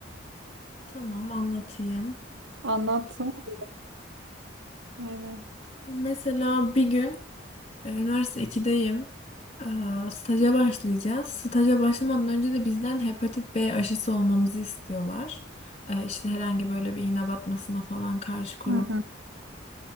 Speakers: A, on the left; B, on the right.
A: tamam anlatayım.
B: Anlatsana. Aynen.
A: Mesela bir gün E, Üniversite ikideyim. E, Staja başlayacağız. Staja başlamadan önce de bizden hepatit B aşısı olmamızı istiyorlar. E, İşte herhangi böyle bir iğne batmasına falan karşı korun.
B: Hı hı,